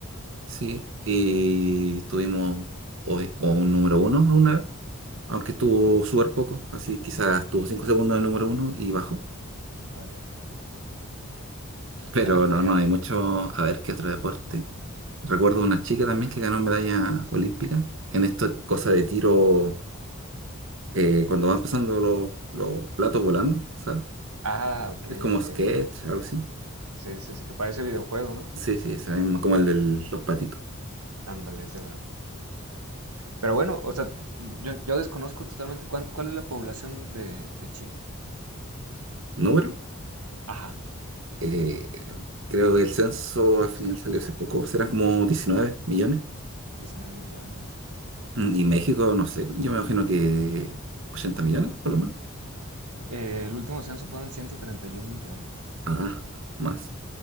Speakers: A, on the right; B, on the right.
A: sí, y tuvimos hoy o un número uno alguna vez, aunque estuvo
B: ok.
A: súper poco, así quizás estuvo cinco segundos del número uno y bajó.
B: Ah, ya.
A: Pero
B: Bueno, pero
A: no,
B: ya.
A: no hay mucho. A ver qué otro deporte. Recuerdo una chica también que ganó medalla olímpica en esta cosa de tiro, eh, cuando van pasando los, los platos volando, ¿sabes?
B: Ah, ok,
A: Es como
B: ok,
A: sketch,
B: ok.
A: algo así.
B: Sí, sí, sí, que parece videojuego, ¿no?
A: Sí, sí, ese mismo, como el de los patitos.
B: Ándale, ese mero. Pero bueno, o sea, yo, yo desconozco totalmente cuán- cuál es la población de, de Chile.
A: ¿Número?
B: Ajá,
A: Eh, creo que el censo al final salió hace poco, serán como 19 millones.
B: Diecinueve millones.
A: Mm, Y México, no sé, yo me imagino que 80 millones por lo menos.
B: Eh, el último censo fueron 131 millones.
A: Ah, más.